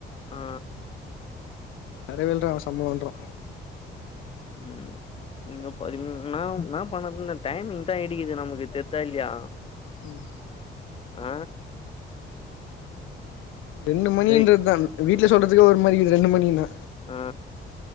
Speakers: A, on the left (about 30°); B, on the left (about 85°).
A: ஆ
B: தரவேல்ற அவ சம்பளோன்றா
A: ம் நீங்க ப ம் ம் என்னா என்னா பண்ணது இந்த டைமிங் தா இடிக்குது நமக்கு தெத்தா இல்லையா
B: ம்
A: அ
B: ரெண்டு மணின்றது
A: டேய்
B: தா வீட்ல சொல்றதுக்கே ஒரு மாரி இர்க்குது ரெண்டு மணினா
A: அ